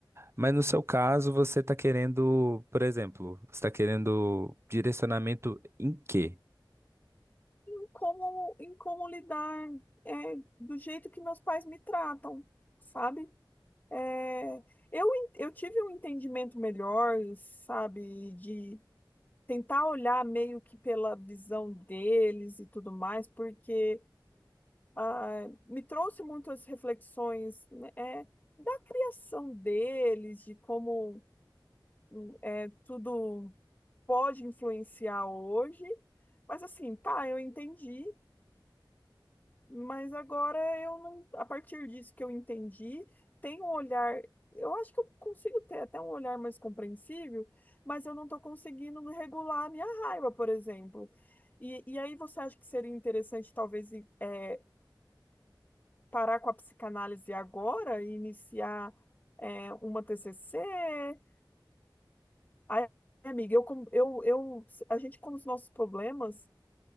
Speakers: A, on the right; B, on the left.
A: Mas no seu caso, você está querendo, por exemplo, você tá querendo direcionamento em quê?
B: em como, em como lidar é, do jeito que meus pais me tratam, sabe? É, eu, en- eu tive um entendimento melhor, sabe, de tentar olhar meio que pela visão deles e tudo mais, porque ah, me trouxe muitas reflexões né, é, da criação deles, de como hum, é, tudo pode influenciar hoje. Mas assim, tá, eu entendi. Mas agora eu não, a partir disso que eu entendi, tem um olhar, eu acho que eu consigo ter até um olhar mais compreensível, mas eu não estou conseguindo regular a minha raiva, por exemplo. E, e aí você acha que seria interessante talvez i- eh, parar com a psicanálise agora e iniciar eh, uma TCC? Aí, amiga, eu, com- eu, eu, a gente com os nossos problemas